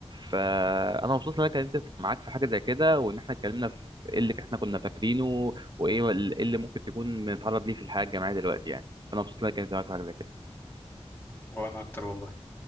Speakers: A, on the right; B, on the left.
A: فانا مبسوط ان انا اتكلمت معاك في حاجه زي كده وان احنا اتكلمنا في ايه اللي احنا كنا فاكرينه وايه ال- إيه اللي ممكن تكون بنتعرض ليه في الحياه الجامعيه دلوقتي يعني فانا مبسوط ان انا اتكلمت معاك في حاجه زي كده
B: وانا اكتر والله